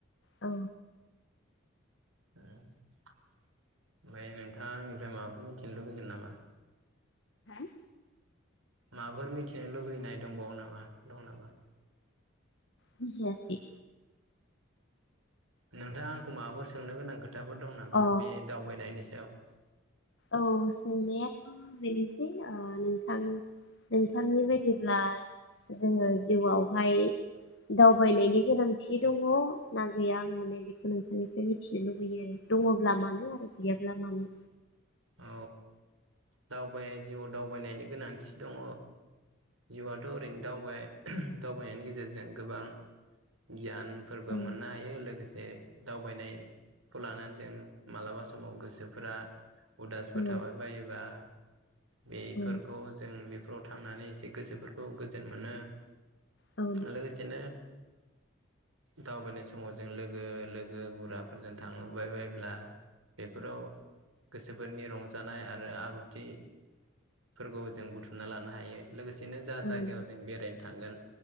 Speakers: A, on the left; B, on the right.
A: औ।
B: ओ ओमफाय नोंथाङा आंनिफ्राय माबाफोर मिथिनो लुबैगोन नामा?
A: हो
B: माबाफोर मिथिनो लुबैनाय दंबावो नामा? दं नामा?
A: बुजियाखै
B: नोंथाङा आंखौ माबाफोर सोंनो गोनां खो थाफोर दं नामा
A: अ
B: बे दावबायनायनि सायाव?
A: औ सोंनायाथ' बेनो। ओ नोंथां नोंथांनि बायदिब्ला जोङो जिउआवहाय दावबायनायनि गोनांथि दङ ना गैया आं माने बेखौ नोंथांनिफ्राय मिथिनो लुबैयो आरो दङब्ला मानो आरो गैयाब्ला मानो?
B: औ दावबाय जिउआव दावबायनायनि गोनांथि दङ जिउआथ' ओरैनो दावबाय दावबायनायनि गेजेरजों गोबां गियान। फोरबो
A: औ
B: मोननो हायो लोगोसे दावबायनायखौ लानानै जों मालाबा समाव गोसोफोरा। उदासफोर
A: औ
B: थाबाय बायोबा बेफोरखौ
A: औ
B: जों बेफोराव थांनानै एसे गोसोफोरखौ गोजोन मोनो।
A: औ
B: लोगोसेनो दावबायनाय समाव जों लोगो लोगो गुराफोरजों थांबाय बायोब्ला बेफोराव गोसोफोरनि रंजानाय आरो आब्रुथिफोरखौ जों बुथुमना लानो हायो लोगोसे बिदिनो जा
A: नंगौ
B: जायगायाव जों बेरायनो थांगोन।